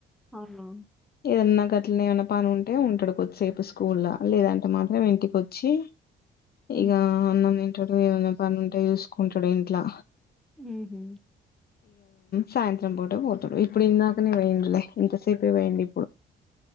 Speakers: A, in the centre; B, on the left (about 50°).
A: అవును
B: ఏదన్నా గట్లనేమన్నపని ఉంటే ఉంటాడు కొద్దిసేపు స్కూల్లో లేదంటే మాత్రం ఇంటికి వచ్చి
A: ఉహు
B: ఇక అన్నం తింటాడు ఏమనా పని ఉంటే చూసుకుంటాడు ఇంట్లా
A: ఊహూ
B: సాయంత్రం పూటే పోతడు ఇప్పుడు ఇందాకనే పోయిండులే ఎంతసేప వేడి